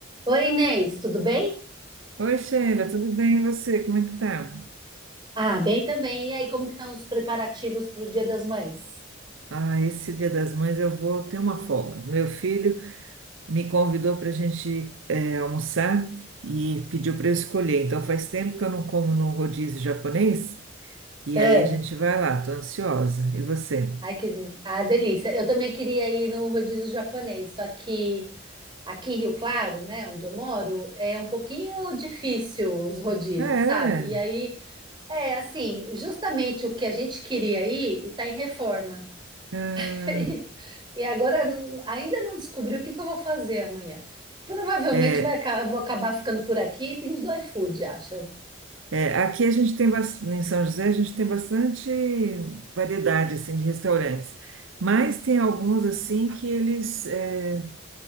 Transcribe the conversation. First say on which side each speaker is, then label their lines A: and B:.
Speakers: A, on the right; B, on the right.
A: Oi, Inês, tudo bem?
B: Oi, Sheila, tudo bem? E você? Como é que tá?
A: Ah, bem também. E aí, como que estão os preparativos para o Dia das Mães?
B: Ah, esse Dia das Mães eu vou ter uma folga. Meu filho me convidou para a gente eh, almoçar e pediu para eu escolher. Então faz tempo que eu não como no rodízio japonês e
A: É.
B: aí a gente vai lá, tô ansiosa. E você?
A: Ai, que de- ah, delícia. Eu também queria ir no rodízio japonês, só que aqui em Rio Claro, né, onde eu moro, é um pouquinho difícil os rodízios,
B: Ah, é?
A: sabe? E aí, é assim, justamente o que a gente queria ir está em reforma.
B: Ah,
A: <laughs> E e agora hum, ainda não descobri o que que eu vou fazer amanhã. Provavelmente
B: é,
A: vai, aca- eu vou acabar ficando por aqui e pedindo iFood, acho.
B: é, aqui a gente tem bas- em São José a gente tem bastante variedade assim de restaurantes, mas tem alguns assim que eles é,